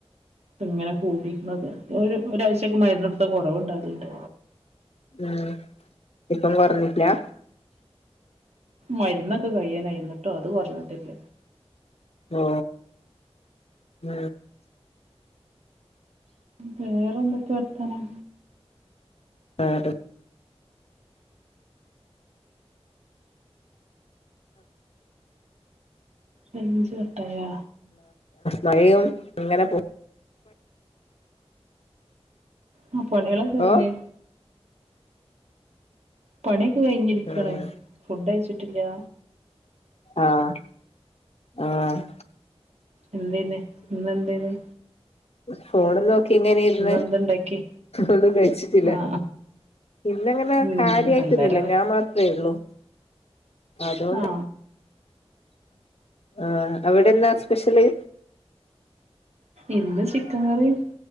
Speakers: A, on the right; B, on the left.
A: ഇങ്ങനെ കൂടിക്ക്ണത് ഒരു ഒരാഴ്ചക്ക് മരുന്നെടുത്ത കൊറവ്ണ്ടാവല്ണ്ട്.
B: ഉം ഇപ്പം കൊറഞ്ഞില്ലാ
A: മരുന്നൊക്കെ കയ്യാനായി ഇന്ന്ട്ടും അത് കൊറഞ്ഞിട്ടില്ല
B: ഓ ഉം
A: വേറെ ന്തൊക്കെ വർത്താനം
B: ആഹ്
A: റൈഞ്ച് കട്ടായാ
B: മഴയും ങ്ങനെ പോ
A: ആ പണ്യാളൊക്ക കഴ്ഞ്ഞ്
B: ഓ
A: പണിയൊക്കെ കഴിഞ്ഞിരിക്കാണ്
B: ഉം
A: ഫുഡഴ്ച്ചിട്ടില്ലാ
B: ആഹ് ആഹ്
A: എന്തേന് ഇന്നെന്തേന്
B: ഫോണ് നോക്കി ഇങ്ങനെ ഇര്ന്ന്
A: എന്തുണ്ടാക്കി
B: ഒന്നും കഴിച്ചിട്ടില്ല
A: ആ
B: ഇന്നങ്ങനെ
A: ഉം
B: കാര്യയിട്ടൊന്നില്ല
A: എല്ലാരും അത്
B: ഞാൻ മാത്രേള്ളൂ അതൊണ്ട്
A: ആ
B: ആഹ് അവിടെന്താ സ്പെഷല്
A: ഇന്ന് ചിക്കൻ കറിം